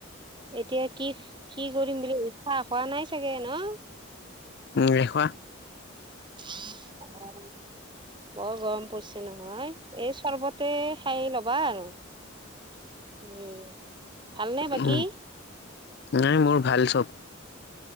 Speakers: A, on the right; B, on the left.
A: এতিয়া কি কি কৰিম বুলি ভাবিছে? চাহ খোৱা নাই চাগে ন'?
B: নাইখোৱা।
A: <unintelligible> বৰ গৰম পৰিছে নহয়, এই চৰ্বতে খাই ল'বা আৰু। উম, ভালনে বাকী?
B: উম, নাই মোৰ ভাল চব।